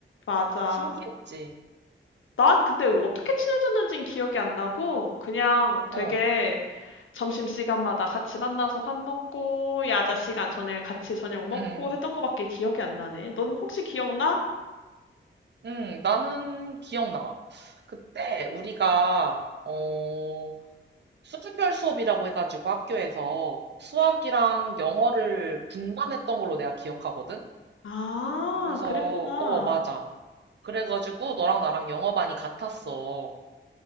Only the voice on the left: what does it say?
맞아.
난 근데 어떻게 친해졌는진 기억이 안 나고 그냥 되게
점심시간마다 같이 만나서 밥 먹고 야자 시간 전에 같이 저녁 먹고
했던
거밖에 기억이 안 나네. 넌 혹시 기억나?
아,
그랬구나.